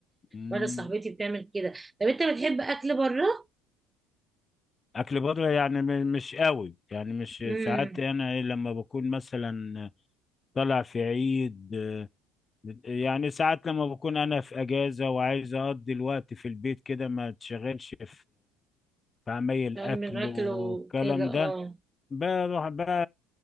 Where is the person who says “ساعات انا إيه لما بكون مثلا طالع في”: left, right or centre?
Left